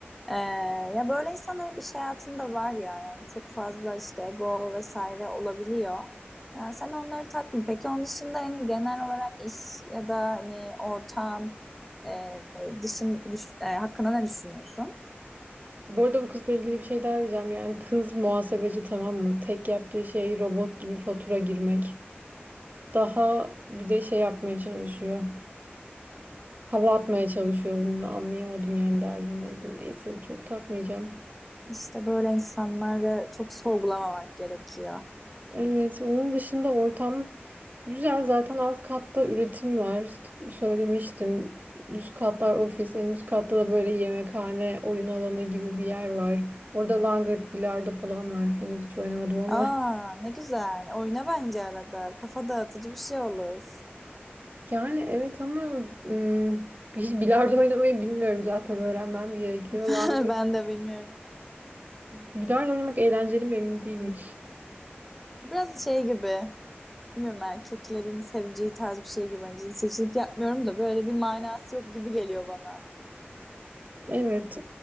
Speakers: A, in the centre; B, on the right (about 45°).
A: Ee, ya böyle insanlar hep iş hayatında var ya yani çok fazla işte ego vesaire olabiliyor. Yani sen onları takma. Peki onun dışında hani genel olarak iş ya da hani ortam e, dışın dış, e, hakkında ne düşünüyorsun?
B: Bu arada bu kızla ilgili bir şey daha diyeceğim. Yani kız muhasebeci tamam mı? Tek yaptığı şey robot gibi fatura girmek. Daha bir de şey yapmaya çalışıyor. Hava atmaya çalışıyor bunu da anlayamadım yani derdi neydi. Neyse çok takmayacağım.
A: İşte böyle insanları çok sorgulamamak gerekiyor.
B: Evet, onun dışında ortam güzel. Zaten alt katta üretim var. Söylemiştim. Üst katlar ofis, en üst katta da böyle yemekhane, oyun alanı gibi bir yer var. Orada langırt, bilardo falan var. Henüz hiç oynamadım ama.
A: Aa
B: <laughs>
A: ne güzel. Oyna bence arada. Kafa dağıtıcı bir şey olur.
B: Yani evet ama ım, hiç bilardo oynamayı bilmiyorum zaten öğrenmem gerekiyor.
A: <laughs>
B: Langırt,
A: Ben de bilmiyorum.
B: bilardo oynamak eğlenceli mi emin değilim.
A: Biraz şey gibi. bilmiyorum erkeklerin seveceği tarz bir şey gibi. Hani cinsiyetçilik yapmıyorum da böyle bir manası yok gibi geliyor bana.
B: Evet